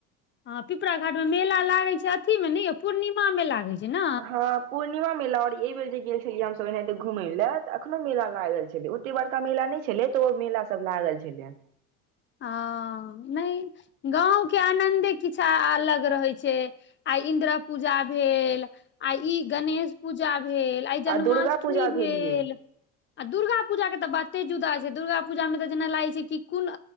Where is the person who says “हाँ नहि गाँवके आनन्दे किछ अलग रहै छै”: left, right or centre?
Left